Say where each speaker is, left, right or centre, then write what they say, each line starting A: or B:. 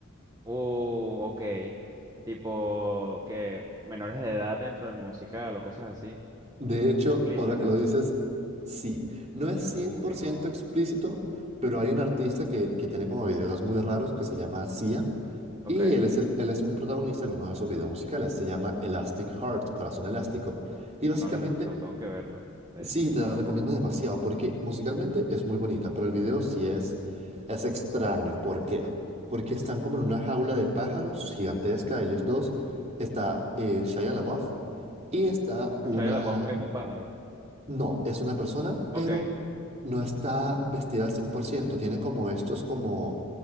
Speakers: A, on the right (about 20°); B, on the right (about 35°).
A: Uh, ok. Tipo que menores de edad dentro del musical o cosas así.
B: De
A: ex-
B: hecho,
A: Explícitas.
B: ahora que lo dices, sí, no es
A: Uy,
B: cien por
A: no.
B: ciento explícito, pero hay un artista que, que tiene como videos muy raros que se llama Sia
A: Ok,
B: Y él es, el- él es un protagonista en uno de esos videos musicales. Se llama Elastic Heart, Corazón Elástico. Y básicamente,
A: no la he escuchado, tengo que verlo, de
B: sí,
A: hecho.
B: te la recomiendo demasiado porque musicalmente es muy bonita, pero el video sí es, es extraño. ¿Por qué? Porque están como en una jaula de pájaros gigantesca, ellos dos. Está eh, Shia LaBeouf y está una,
A: Shia LaBeouf es un pájaro.
B: no, es una persona,
A: Ok.
B: pero
A: <laughs>
B: no está vestida al 100%. Tiene como estos, como,